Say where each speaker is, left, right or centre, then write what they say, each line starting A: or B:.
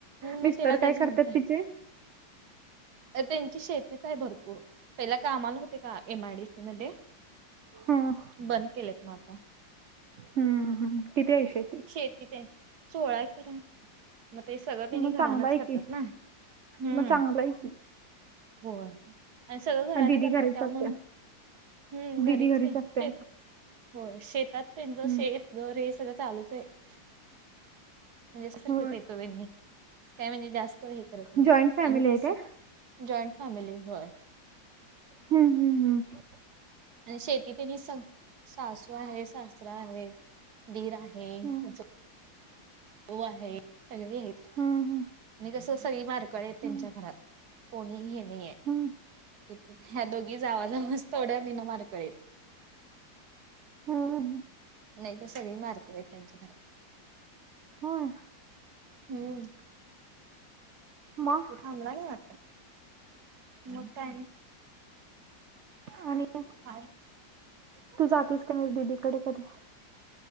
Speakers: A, on the right; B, on the right.
A: मिस्टर
B: मग तिला
A: काय
B: तेच म्हणते.
A: करतात तिचे
B: त्यांची शेतीच आहे भरपूर, पहिला कामाला होते का एमआयडी. तिन दे.
A: हम्म.
B: बंद केलेत मा आता.
A: हम्म हम किती आहे असे?
B: शेती ते सोळा एकर आहे, मग ते सगळं त्यांनी
A: मग
B: घरानाच
A: चांगला आहे
B: करतात
A: की
B: ना. हम्म.
A: मग चांगला आहे की
B: होय आणि सगळं घराने
A: दिदी
B: करतात
A: घरीच
B: त्यामुळं.
A: असत्या
B: हम्म, घरीच
A: दिदी
B: की शे
A: असत्या
B: होय, शेतात त्यांचं,
A: हम्म
B: शेत घर हे सगळं चालूच ये. <unintelligible> म्हणजेसारखच
A: होय
B: येतो नाही काय म्हणजे जास्त हे. करत नाही
A: जॉईंट फॅमिली
B: आणि कसं
A: आहे काय.
B: जॉईंट फॅमिली होय.
A: हम्म हम्म हम्.
B: शेतीतनी स सासू आहे, सासरा आहे दीर आहे
A: हम्म
B: जा हो आहे सगळे आहेत
A: हम्म
B: आणि कसं सगळी मारकळ आहेत त्यांच्या
A: हम्म
B: खा. खात, कोणी हे नाही आहे.
A: हम्म
B: ह्या दोघी जावा जावा चं, तेवढ्या बिनामाळरी येत.
A: हम्म.
B: नाही तर सगळी मार्क आहेत त्यांच्या घरा.
A: होय.
B: हम्म
A: मग
B: थांबला ने वाटतं? मग काय म्हणे?
A: आणि अ
B: हाय.
A: तू जातीस की, नाही दिदीकडे कधी.